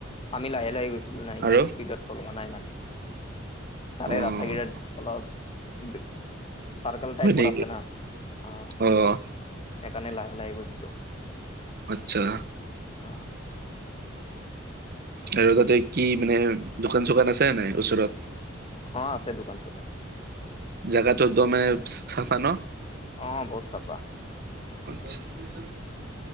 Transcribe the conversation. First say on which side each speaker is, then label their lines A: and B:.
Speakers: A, on the left (about 30°); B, on the right (about 50°).
A: আমি লাহে, লাহে গৈছোঁ। নাই ইমান
B: আৰু
A: স্পীডত চলোৱা নাই মানে। তাৰে
B: অ'।
A: ৰাস্তা কিটা অলপ <unintelligible> চাৰকাল
B: হয়
A: টাইপৰ
B: নেকি
A: আছে না, আহ,
B: অ'।
A: সেইকাৰণে লাহে, লাহে গৈছিলোঁ।
B: আচ্ছা।
A: অ'।
B: আৰু তাৰ লগতে কি মানে, দোকান চোকান আছে নাই ওচৰত?
A: অ', আছে দোকান-চোকান।
B: জগাটো একদমে চাফা ন'?
A: অ', বহুত চাফা।
B: <unintelligible>